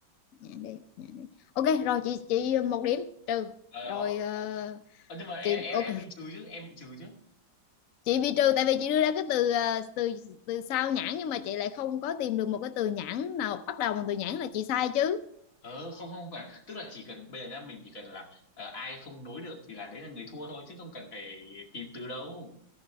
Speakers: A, on the left (about 70°); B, on the left (about 45°).
A: nhãn đi bật nhãn đi ok rồi chị chị một điểm trừ
B: ở
A: rồi
B: đó
A: ờ,
B: Ờ, nhưng mà em
A: chị
B: em
A: ok
B: em bị trừ chứ em bị trừ chứ
A: chị bị trừ tại vì chị đưa ra cái từ ờ, từ từ sau nhãn nhưng mà chị lại không có tìm được một cái từ nhãn nào bắt đầu bằng từ nhãn là chị sai chứ
B: ờ không không cần tức là chỉ cần bây giờ nhá mình chỉ cần là ờ, ai không nối được thì là đấy là người thua thôi chứ không cần phải tìm từ đâu